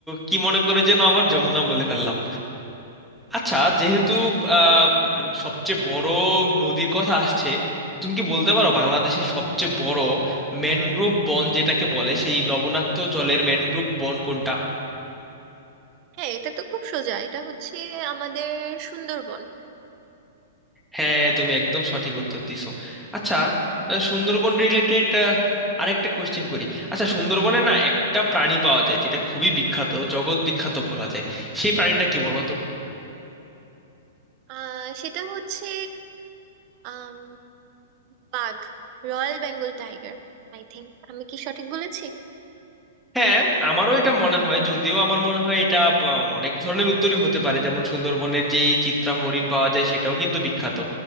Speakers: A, in the centre; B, on the right (about 40°).
A: কি মনে করে যেন আবার যমুনা বলে ফেললাম আচ্ছা যেহেতু আহ, সবচেয়ে বড় নদীর কথা আসছে তুমি কি বলতে পারো বাংলাদেশের সবচেয়ে বড় ম্যানগ্রোভ বন যেটাকে বলে সেই লবণাক্ত জলের ম্যানগ্রোভ বন কোনটা
B: হ্যাঁ এটা তো খুব সোজা এটা হচ্ছে আমাদের সুন্দরবন
A: হ্যাঁ তুমি একদম সঠিক উত্তর দিছো আচ্ছা আহ, সুন্দরবন রিলেটেড আরেকটা কোশ্চেন করি আচ্ছা সুন্দরবনে না একটা প্রাণী পাওয়া যায় যেটা খুবই বিখ্যাত জগৎ বিখ্যাত বলা যায় সেই প্রাণীটা কি বলো তো
B: আহ সেটা হচ্ছে আম, বাঘ royal Bengal tiger I think আমি কি সঠিক বলেছি
A: হ্যাঁ আমারও এটা মনে হয় যদিও আমার মনে হয় এটা আহ, অনেক ধরনের উত্তরই হতে পারে যেমন সুন্দরবনের যে এই চিত্রা হরিণ পাওয়া যায় সেটাও কিন্তু বিখ্যাত